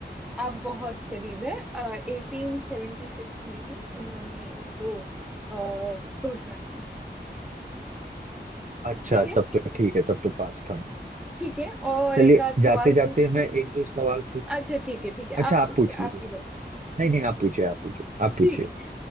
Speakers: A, in the centre; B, on the right.
A: आप बहुत करीब है एटीन सेवेंटी सिक्स में ही उन्होंने उसको अ, घोषणा की थी इसकी
B: है अच्छा
A: ठीक है
B: तब तो ठीक है तब तो पास था मैं
A: ठीक है और
B: चलिए
A: एक आध सवाल
B: जाते जाते
A: पूछती
B: मैं
A: हूँ
B: एक दो सवाल पूछ
A: अच्छा ठीक है ठीक है
B: अच्छा
A: आप
B: आप
A: पूछिए
B: पूछ लीजिए
A: आपकी बारी
B: नहीं नहीं आप पूछिए आप पूछिए आप पूछिए
A: ठीक है